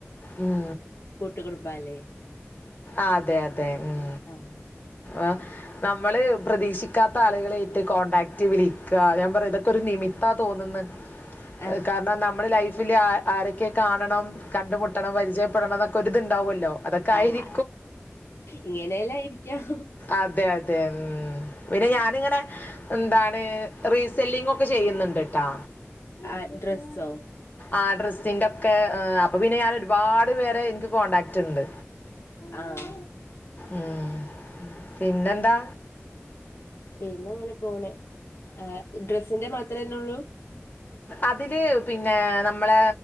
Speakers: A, on the left; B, on the left.
A: ഉം
B: കൂട്ടു കുടുംബാല്ലേ
A: ആഹ് അതെ അതെ ഉം
B: ആഹ്
A: ആഹ് നമ്മള് പ്രതീക്ഷിക്കാത്ത ആളുകളായിട്ട് കോണ്ടാക്ട് വിളിക്കാ ഞാൻ പറയാ ഇതൊക്കെ ഒരു നിമിത്ത തോന്നുന്നത്
B: ആഹ്
A: ഏഹ് കാരണം ന മ്മളെ ലൈഫില് ആരൊക്കെ കാണണം കണ്ടുമുട്ടണം പരിചയപ്പെടണം എന്നൊക്കെ ഒരിത്ണ്ടാവോല്ലോ അതൊക്കൊയിരി
B: ആഹ് ഇങ്ങനെല്ലാം ഇരിക്കാം
A: അതെ അതെ ഉം പിന്നെ
B: ആഹ്
A: ഞാനിങ്ങനെ എന്താണ് റീസെല്ലിംഗ് ഒക്കെ ചെയ്യുന്നുണ്ട് ട്ടോ
B: ആഹ് ഡ്രെസ്സോ
A: ആഹ് ഡ്രസ്സിന്റൊക്കെ ഏഹ് അപ്പൊ പിന്നെ ഞാൻ ഒരുപാട് പേരെ ഇൻക്ക് കോൺടാക്റ്റ് ഉണ്ട്
B: ആഹ്
A: ഉം പിന്നെന്താ
B: പിന്നെങ്ങനെ പോണ് ആഹ് ഡ്രസ്സിന്റെ മാത്രന്നേ ഉള്ളൂ
A: അതില് പിന്നെ നമ്മളെ